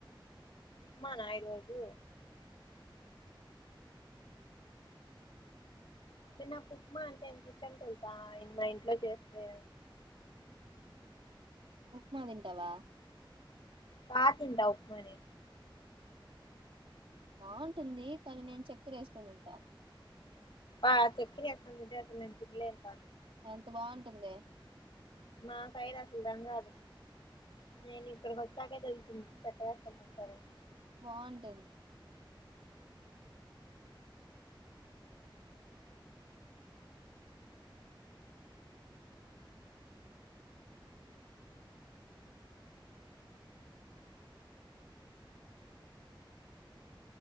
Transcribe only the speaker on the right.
ఉప్మాదింటవా
బావుంటుంది కానీ నేను చక్కెర ఏసుకుని తింటా
ఎంత బాగుంటుందే.
బాగుంటుంది.